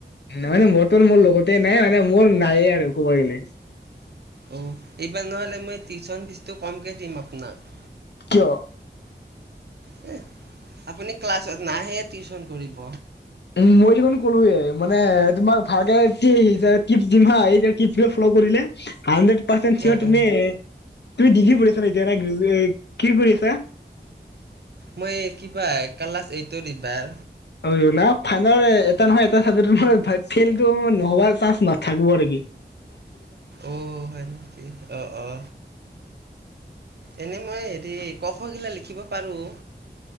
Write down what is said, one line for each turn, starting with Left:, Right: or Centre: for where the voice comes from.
Left: নাই মানে মোৰ ত মোৰ লগতে নাই মানে মোৰ নাই আৰু কোৱাই নাই
Right: অঁ এইবাৰ নহ'লে মই টিউশ্যন ফিজটো কমকৈ দিম আপোনাক
Left: কিয়
Right: হ আপুনি ক্লাছত নাহে টিউচন কৰিব
Left: উ মই দেখোন কলোৱে মানে তোমাক ভালকে কি শিকাই কিপছ দিম হা এইটোৱে কিপছ দি ফল কৰিলে হান্ড্ৰেড পাৰ্চেণ্ট চিয়ৰ
Right: অঁ
Left: তুমি
Right: অঁ
Left: তুমি ডিগ্ৰী কৰিছা এতিয়া নে গ্ৰেজোৱে কি কৰিছা
Right: মই কিবা কালাছ এইতট এই বাৰ
Left: হৈ গ'লা ফাইনেল এটা নহয় এটা চাবজেক্ট তোমাৰ ফাইভ ফেইলটো নহবা চান্স নাথাকোব নেকি
Right: অ হয় নেকি অ অ এনে মই হেৰি ক খ গিলা লিখিব পাৰোঁ